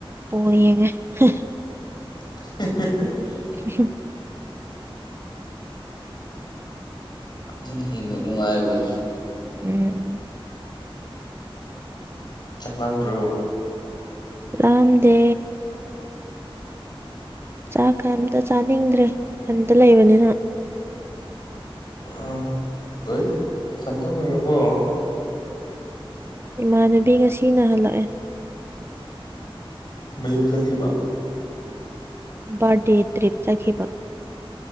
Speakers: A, on the right; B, on the left.
A: ꯕꯣꯜ ꯌꯦꯡꯉꯦ <unintelligible>
B: <unintelligible>
A: <unintelligible>
B: ꯑꯗꯨꯅ ꯍꯦꯟꯅ ꯅꯨꯡꯉꯥꯏꯕ
A: ꯎꯝ
B: ꯆꯥꯛꯂꯥꯝꯗ꯭ꯔꯣ
A: ꯂꯥꯝꯗꯦ ꯆꯥꯛ ꯀ ꯑꯝꯇ ꯆꯥꯅꯤꯡꯗ꯭ꯔꯦ ꯏꯊꯟꯇ ꯂꯩꯕꯅꯤꯅ
B: ꯑꯥ ꯑꯣꯏ ꯅꯊꯟꯗ ꯑꯣꯏꯔꯕꯣ
A: ꯏꯃꯥꯟꯅꯕꯤ ꯉꯁꯤꯅ ꯍꯜꯂꯛꯑꯦ
B: ꯃꯌꯨꯝ ꯆꯠꯈꯤꯕ
A: ꯕꯥꯔꯗꯦ ꯇ꯭ꯔꯤꯞ ꯆꯠꯈꯤꯕ